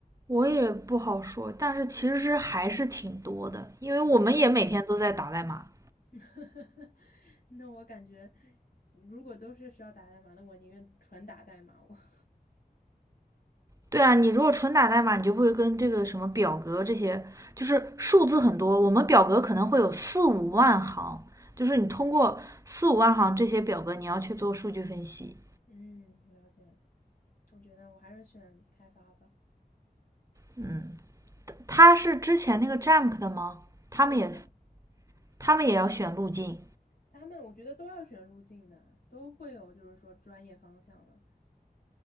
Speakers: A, on the right; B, on the left.
A: 我也不好说，但是其实还是挺多的，因为我们也每天都在打代码。
B: 嗯，<laughs> 那我感觉如果都是需要打代码，那我宁愿纯打代码。我 <laughs>
A: 对啊，你如果纯打代码，你就不会跟这个什么表格这些，就是数字很多。我们表格可能会有四五万行，就是你通过四五万行这些表格，你要去做数据分析。
B: 嗯，了解了我觉得我还是选开发吧。
A: 嗯，他是之前那个 Jamk 的吗？他们也
B: 对的，
A: 他们也要选路径，
B: 他们我觉得都要选路径的，都会有就是说专业方向的。